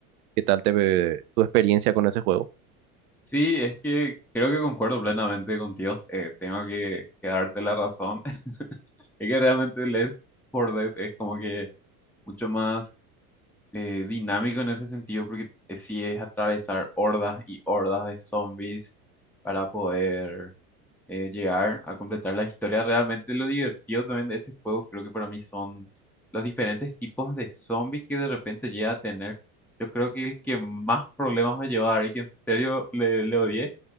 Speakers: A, on the right (about 80°); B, in the centre.
A: qué tal te ve tu experiencia con ese juego.
B: Sí, es que creo que concuerdo plenamente contigo. eh, tengo que, que darte la razón. <laughs> Es que realmente Left 4 Dead es como que mucho más eh, dinámico en ese sentido, porque eh, sí es atravesar hordas y hordas de zombies para poder. eh, llegar a completar la historia. Realmente lo divertido también de ese juego, creo que para mí son los diferentes tipos de zombie que de repente llega a tener. Yo creo que el que más problemas me llevó a dar y que en serio le, le odié